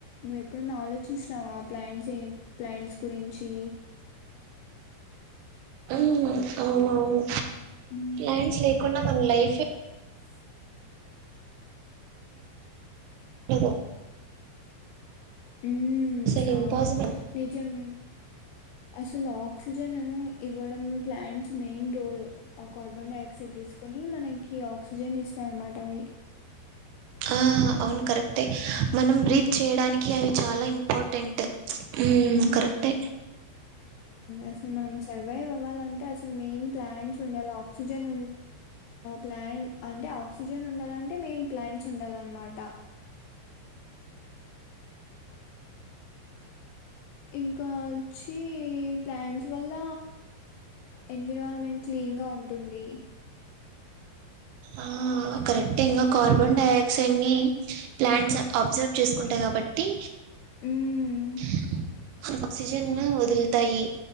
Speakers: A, on the left; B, on the right.
A: నువ్వు ఎప్పుడున్నా ఆలోచిస్తున్నావా ప్లాంట్స్ ప్లాంట్స్ గురించి,
B: అ అవునునవును
A: ఉమ్
B: ఎం చేయ కుండా మన లైఫే
A: <unintelligible>
B: ఒహో
A: ఉ
B: అసలు
A: అవును
B: ఇంపాసిబుల్
A: నిజం అసలు ఆక్సీజన్ ఇవ్వడం plants main role carbon dioxide తీసుకొని మనకి ఆక్సిజన్ ఇస్తాయి, అన మాట అవి
B: ఆ అవును కరెక్టే మనం బ్రీత్
A: ఉమ్,
B: చేయడానికి అవి చాలా ఇంపార్టెంట్ ఉమ్
A: ఉ
B: కరెక్టే
A: అసలు మనం సర్వైవ్ ఇవాళ అంటే అసలు మెయిన్ ప్లాంట్స్ ఉండాలి ఆక్సిజన్ ప్లాంట్ అంటే ఆక్సిజన్ ఉండాలంటే మెయిన్ ప్లాంట్స్ ఉండాలన్నమాట ఇంకా వచ్చి ఈ ప్లాంట్స్ వల్ల ఎన్విరాన్మెంట్ క్లీన్ గా ఉంటుంది. <unintelligible>
B: ఆ కరెక్ట్ ఇంకా కార్బన్ డై ఆక్సైడ్ ని ప్లాంట్స్ అబ్జర్వ్ చేసుకుంటాయి కాబట్టి టి
A: ఉమ్
B: <unintelligible> ఆక్సిజన్ వదులుతాయి,